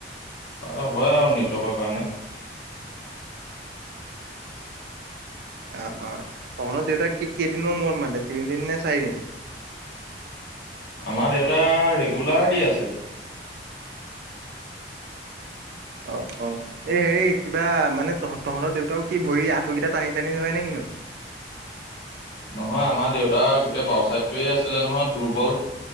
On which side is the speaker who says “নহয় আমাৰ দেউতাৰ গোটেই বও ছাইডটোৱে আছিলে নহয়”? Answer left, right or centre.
Left